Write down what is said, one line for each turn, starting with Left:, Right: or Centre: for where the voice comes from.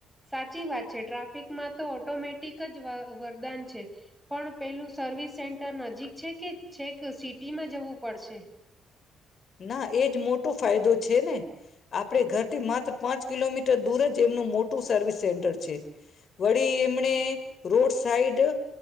Centre: સાચી વાત છે ટ્રાફિકમાં તો ઓટોમેટિક જ વરદાન છે પણ પેલું સર્વિસ સેન્ટર નજીક છે કે છે કે સિટીમાં જવું પડશે.
Left: ના એ જ મોટ મોટ ફાયદો છે ને. આપડે ઘર થી માત્ર પાંચ કિલોમીટર દૂર જ એમનું મોટું સર્વિસ સેન્ટર છે વળી એમને રોડ સાઈડ